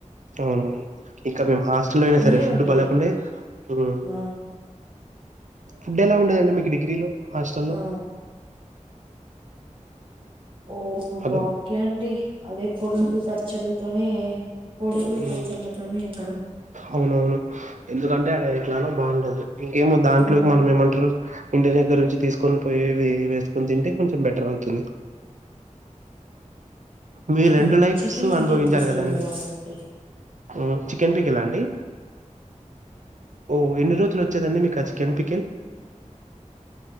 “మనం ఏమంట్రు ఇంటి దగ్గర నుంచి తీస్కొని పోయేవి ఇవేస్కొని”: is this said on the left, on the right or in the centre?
Right